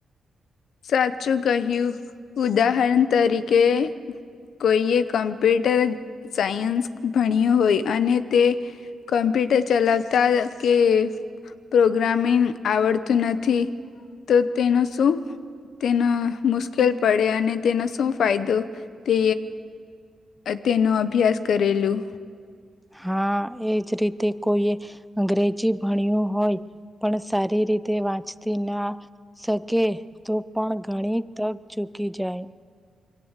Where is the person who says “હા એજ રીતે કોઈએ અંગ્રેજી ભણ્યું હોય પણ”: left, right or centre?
Centre